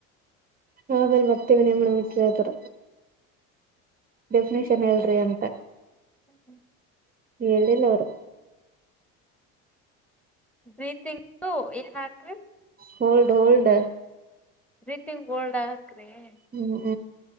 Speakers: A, on the right; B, in the centre.
A: ಆಮೇಲೆ ಬರ್ತೇವ ನೀವು್ಮ ಕೇಳ್ತರ ಡೆಫಿನಿಷನ್ ಎಲ್ರಿ ಅಂತ
B: <inaudible>
A: ಹೇಳಿಲ್ಲ ಅವರು
B: ಪ್ರೀತಿ ಯಿತು ಯಿದಹಾಕ್ರಿ
A: ಹೋಲ್ಡ್ ಹೋಲ್ಡ್
B: ರೀತಿಂಗ ಗೋಲ್ಡ್ ಹಕ್ರಿ ಹ
A: ಹ್ಮ್